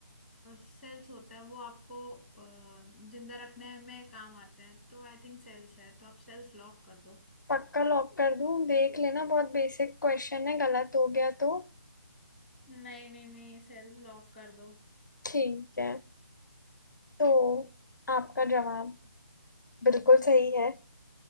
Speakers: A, in the centre; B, on the left.
A: सेल्स होते हैं वो आपको अ, जिंदा रखने में काम आते हैं तो आई थिंक सेल्स है तो आप सेल्स लॉक कर दो
B: पक्का लॉक कर दूं देख लेना बहुत बेसिक क्वेश्चन है गलत हो गया तो
A: नहीं नहीं नहीं सेल्स लॉक कर दो
B: ठीक है तो आपका जवाब बिल्कुल सही है